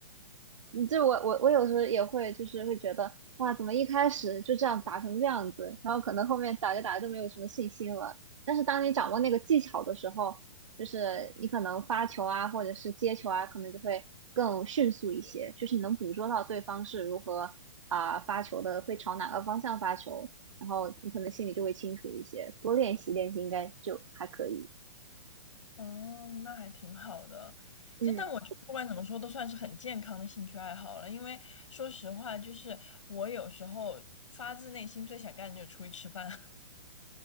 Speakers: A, on the right; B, on the left.
A: 你这我我我有时候也会就是会觉得哇，怎么一开始就这样打成这样子，然后可能后面打着打着就没有什么信心了。但是当你掌握那个技巧的时候，就是你可能发球啊，或者是接球啊，可能就会更迅速一些，就是你能捕捉到对方是如何啊、发球的，会朝哪个方向发球，然后你可能心里就会清楚一些。多练习练习应该就还可以。
B: 哦，那还挺好的。
A: 嗯，
B: 现在我觉得不管怎么说，都算是很健康的兴趣爱好了。因为说实话，就是我有时候发自内心最想干的就是出去吃饭。